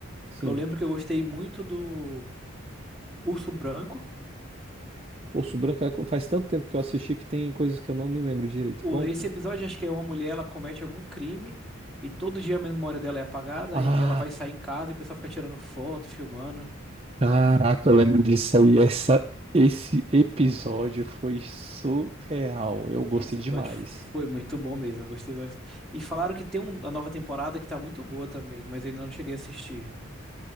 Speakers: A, on the right (about 25°); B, in the centre.
A: Sim.
B: Eu lembro que eu gostei muito do Urso Branco.
A: Osso Branco é co- faz tanto tempo que eu assisti que tem coisas que eu não me lembro direito.
B: O-
A: Bom,
B: Esse episódio, acho que é uma mulher, ela comete algum crime e todo dia a memória dela é apagada
A: Ah,
B: e ela vai sair em casa e o pessoal fica tirando foto, filmando.
A: caraca, eu lembro disso aí. Essa, esse episódio foi surreal. Eu gostei
B: E Esse
A: demais.
B: episódio foi muito bom mesmo, eu gostei bastante. E falaram que tem um- uma nova temporada que tá muito boa também, mas eu ainda não cheguei a assistir.